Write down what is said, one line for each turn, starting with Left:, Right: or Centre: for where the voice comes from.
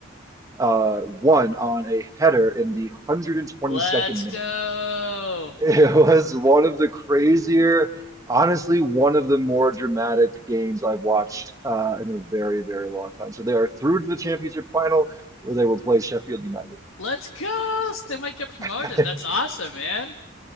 Right: uh, one on a header in the 122nd
Left: Let's
Right: minute.
Left: go.
Right: <laughs> It was one of the crazier, honestly, one of the more dramatic games I've watched uh, in a very, very long time. So they are through to the championship final where they will play Sheffield United.
Left: Let's go. So they might get promoted.
Right: <laughs>
Left: That's awesome, man.